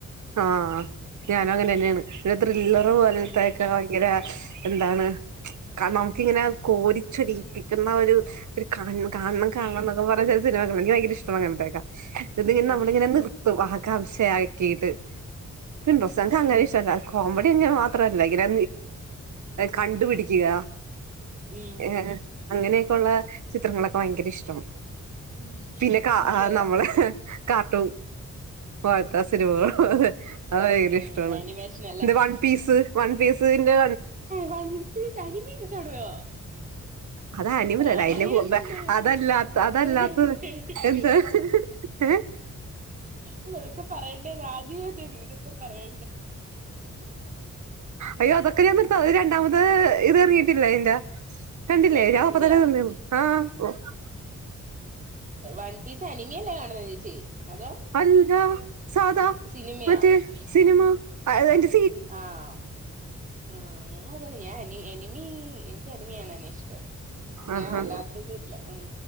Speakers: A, on the right; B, on the right.
A: ആഹ ഞാനും അങ്ങനെന്നെയാണ് ഒരു ത്രില്ലർ പോലത്തെക്കെ
B: ഉം
A: ഭയങ്കര എന്താണ് നമുക്കിങ്ങനെ കോരിച്ചൊരിപ്പിക്കുന്ന ഒരു ഒരു കാര്യം കാണണം കാണണം എന്നൊക്കെ പറയ് ചില സിനിമ എനിക്ക് ഭയങ്കര ഇഷ്ടാ അങ്ങനത്തേക്കാ ഇത് ഇങ്ങനെ
B: ഉം
A: നമ്മളിങ്ങനെ നിർത്തും ആകാംക്ഷയാക്കിയിട്ട് ഇന്റെരെസാണ് <unintelligible> അങ്ങനെ ഇഷ്ട കോമഡി ഞാൻ മാത്രല്ല ഇങ്ങനെ കണ്ടുപിടിക്കുക
B: ഉം
A: ഏർ അങ്ങനെയൊക്കെയൊള്ള ചിത്രങ്ങളൊക്കെ ഭയങ്കര ഇഷ്ടമാണ്.
B: ഉം
A: പിന്നെ കാ
B: എനിക്ക് അതെ
A: നമ്മളെ കാർട്ടൂൺ പോലെത്ത സിൻമക അത് ഭയങ്കര
B: ഉം
A: ഇഷ്ടമാണ്
B: animation
A: A one piece one പീസ്ന്റെ
B: വൈബ് അനിമി ഒക്കെ കാണുവോ?
A: അത് അനിമലല്ല
B: പറയണ്ടേ
A: അതിന്റെ മുമ്പേ അതല്ലാത്ത
B: പറയണ്ടേ.
A: അതല്ലാത്തത് എന്താ ഏ
B: എങ്ങനെക്കെ പറയണ്ടേന്ന് ആദ്യ ഇതെ ഇതൊക്കെ പറയ
A: അയ്യോ
B: ഉം
A: അതൊക്കെ ഞാൻ നിർത്താ അത് ര ന്നാമത് ഇത് ഇറങ്ങിട്ടില്ല ഇന്റെ കണ്ടില്ലേ?
B: വൺ പീസിന്റെയാ
A: ഞാനപ്പ തന്നെ തിന്നേന് ആഹ്. ട്ട <unintelligible>
B: വൺ പീസ് അനിമിയ അല്ലെ കാണുന്നത് ചേച്ചി. അതോ
A: അല്ല സാധാ,
B: സിനിമയാ
A: മറ്റേ സിനിമ അത് അതിൻ്റെ
B: ആഹമ് ഉം ഞാ അതല്ലേ ഞാൻനി അനിമി എനിക്ക് അനിമകാണാന ഇഷ് ടം. ഞാൻ
A: ആഹാ
B: അല്ലാത്തത് ഇല്ല, ഉം